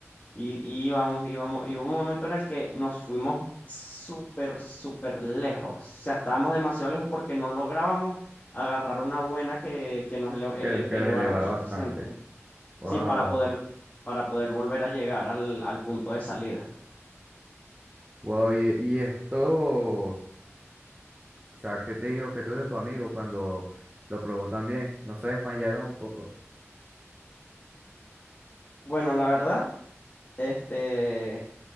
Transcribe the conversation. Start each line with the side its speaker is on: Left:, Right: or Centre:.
Left: Y y íbamos, íbamos, y hubo un momento en el que nos fuimos súper, súper lejos. O sea, estábamos demasiado lejos porque no lográbamos agarrar una buena que, que nos ele- ele-
Right: que, los- que
Left: elevara
Right: los elevará
Left: lo suficiente.
Right: bastante. Wow,
Left: Sí, para poder, para poder volver a llegar al, al punto de salida.
Right: wow, y, y esto, o sea, ¿qué te dijo, qué te dijo tu amigo cuando lo probó también? ¿No se desmayaron un poco?
Left: Bueno, la verdad, este,